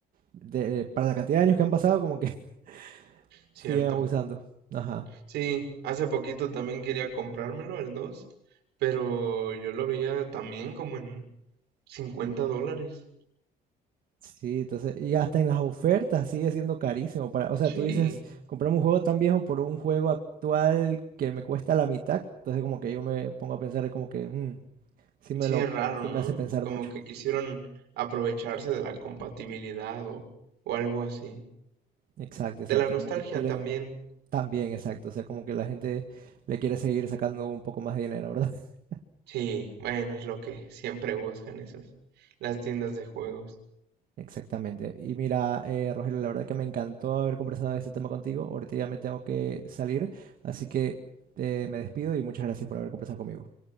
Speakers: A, on the right; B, on the right.
A: de, para la cantidad de años que han pasado, como que <laughs>
B: cierto.
A: siguen abusando. Ajá.
B: Sí, hace poquito también quería comprármelo, el dos pero yo lo veía también como en 50 dólares.
A: Sí, entonces, y hasta en las ofertas sigue siendo carísimo para, o sea,
B: Sí,
A: tú dices, comprarme un juego tan viejo por un juego actual que me cuesta la mitad, entonces como que yo me pongo a pensar, es como que, mm, sí me
B: Sí,
A: lo,
B: es raro,
A: sí
B: ¿no?
A: me hace pensar
B: Como
A: mucho.
B: que quisieron aprovecharse de la compatibilidad o, o algo así.
A: Exacto, exacto,
B: De la nostalgia
A: como que quieren
B: también.
A: también, exacto, o sea, como que la gente le quiere seguir sacando un poco más de dinero, ¿verdad? <laughs>
B: Sí, bueno, es lo que siempre buscan esas, las tiendas de juegos.
A: Exactamente. Y mira, eh, Rogelio, la verdad que me encantó haber conversado de este tema contigo, ahorita ya me tengo que salir, así que eh, me despido y muchas gracias por haber conversado conmigo.